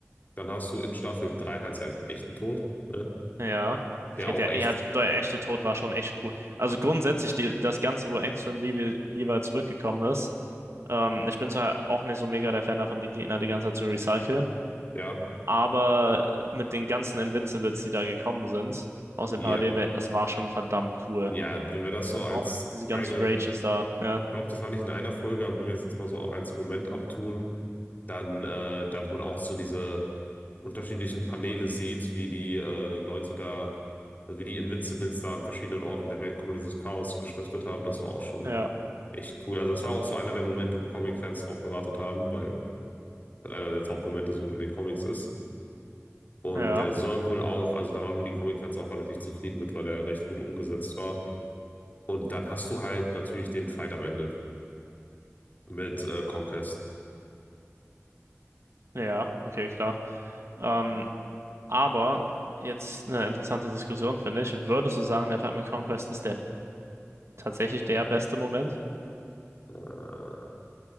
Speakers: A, on the left; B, on the right.
A: Dann hast du in Staffel 3 halt seinen echten Tod, ne?
B: ja. Okay,
A: Der auch
B: der,
A: echt,
B: ja, der echte Tod war schon echt cool. Also grundsätzlich die, das Ganze, wo Angstrom Levi, Levi zurückgekommen ist. Ähm, ich bin zwar auch nicht so mega der Fan davon, die Gegner die ganze Zeit zu recyceln,
A: ja,
B: aber mit den ganzen Invincibles, die da gekommen sind, aus den
A: ja,
B: Parallelwelten, das war schon verdammt cool.
A: ja, wenn wir das so als
B: Auch diese ganzen
A: eine,
B: Rages da. Ja,
A: ich glaube, das war nicht in einer Folge, aber wenn wir es jetzt mal so als Moment abtun, dann, äh, da wo man auch so diese unterschiedlichen Paneele sieht, wie die äh, Leute da Also wie die Invincibles da an verschiedenen Orten der Welt komplettes Chaos gestiftet haben, das war auch schon
B: ja,
A: echt cool. Also das war auch so einer der Momente, wo Comic-Fans drauf gewartet haben, weil das einer der Top-Momente so in den Comics ist. Und
B: ja.
A: der soll wohl auch, also da waren wohl die Comic-Fans auch relativ zufrieden mit, weil er recht gut umgesetzt war. Und dann hast du halt natürlich den Fight am Ende mit äh, Conquest.
B: Ja, okay, klar. Ähm, aber jetzt eine interessante Diskussion, finde ich. Würdest du sagen, der Fight mit Conquest ist der tatsächlich der beste Moment?
A: Äh,